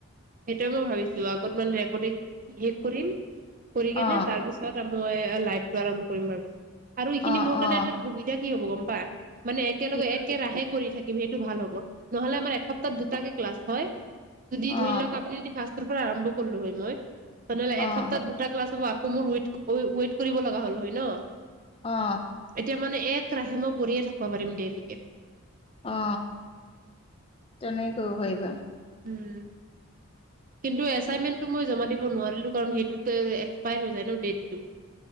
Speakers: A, on the right; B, on the left.
A: সেইটোৱে মই ভাবিছো আগত মান ৰেকৰ্ডিং শেষ কৰিম। কৰি কেনে
B: অ
A: তাৰ পিছত আমা মই লাইভ টো আৰম্ভ কৰিম ভাবিছোঁ। আৰু এইখিনি
B: অ
A: মোৰ কাৰণে
B: অ
A: এটা সুবিধা কি হ'ব গম। পাত মানে একেলগে
B: কি
A: একেৰাহে কৰি থাকে। সেইটো ভাল হ'ব নহ'লে আমাৰ এসপ্তাহত দুটাকে ক্লাছ হয়। যদি
B: অ
A: ধৰি লক? শাস্ত্ৰৰ পৰা আৰম্ভ কৰলো হয় মই। তেনেহলে একসপ্তাহ
B: অ
A: দুটা ক্লছ হব। মোৰ ৱেইট, ৱেইট কৰিব লগা হ'ল হয় ন?
B: অ
A: এতিয়া মানে এক একেৰাহে মই কৰিয়ে থাকিব পাৰিম দেল্লিকে
B: অ তেনে কৰিব পাৰিবা।
A: উম কিন্তু এচাইটমেন্ত টো মই জমা। দিব নোৱাৰিলোঁ কাৰণ সেইটোত এস্পেয়াৰ হৈ যায় ন দেতটো।